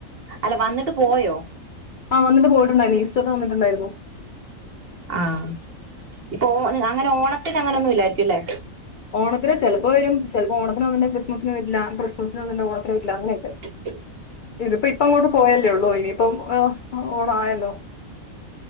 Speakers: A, on the right; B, on the left.
A: അല്ല വന്നിട്ട് പോയോ
B: ആ വന്നിട്ട് പോയിട്ടുണ്ടായിന്ന് ഈ സ്‌റ്ററിന് വന്നിട്ടുണ്ടായിരുന്നു
A: ആഹ് ഇപ്പൊ ഓ അങ്ങനെ ഓണത്തിന് അങ്ങനൊന്നും ഇല്ലായിരിക്കുംല്ലേ
B: ഓണത്തിന് ചെലപ്പോ വരും ചെലപ്പോ ഓണത്തിന് വന്നിണ്ട് ക്രിസ്മസിന് വരില്ല ക്രിസ്മസിന് വന്നിണ്ട് ഓണത്തിന് വരില്ല അങ്ങെനൊക്കെ
A: <unintelligible>
B: ഇതിപ്പോ ഇപ്പ അങ്ങോട്ട് പോയല്ലേള്ളൂ ഇനിയിപ്പം എ് ഓണായല്ലോ